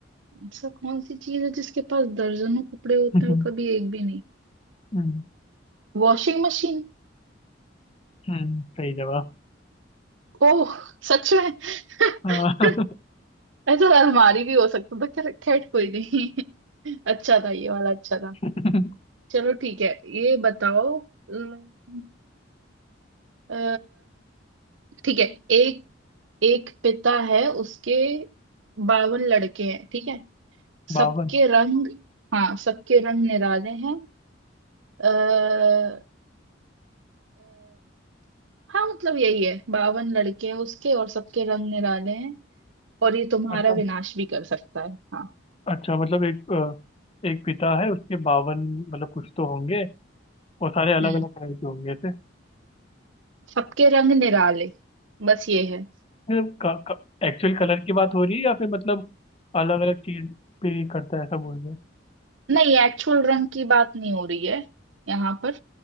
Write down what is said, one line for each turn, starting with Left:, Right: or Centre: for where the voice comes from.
Right: ऐसा कौन सी चीज है जिसके पास दर्जनों कपड़े होते
Left: हम्म
Right: हैं और कभी एक भी नहीं
Left: हम्म,
Right: Washing machine
Left: हम्म, सही जवाब
Right: ओह सच में <laughs>
Left: हाँ
Right: ऐसा अलमारी भी हो सकता था खैर खैर कोई नहीं <laughs> अच्छा था ये वाला अच्छा था
Left: <laughs> हाँ।
Right: चलो ठीक है ये बताओ अम, अ, ठीक है एक एक पिता है उसके बावन लड़के हैं ठीक है
Left: बावन
Right: सबके रंग हाँ सबके रंग निराले हैं अः हाँ मतलब यही है बावन लड़के हैं उसके और सबके रंग निराले हैं और ये तुम्हारा
Left: मतलब
Right: विनाश भी कर सकता है हाँ
Left: अच्छा मतलब एक अ, एक पिता है उसके बावन मतलब कुछ तो होंगे और सारे अलग
Right: हम्म
Left: अलग कलर के होंगे ऐसे
Right: सबके रंग निराले बस ये है
Left: मतलब का, का, एक्चुअल कलर की बात हो रही है या फिर मतलब अलग अलग चीज पे करता है ऐसा बोल रहे हो?
Right: नहीं एक्चुअल रंग की बात नहीं हो रही है यहाँ पर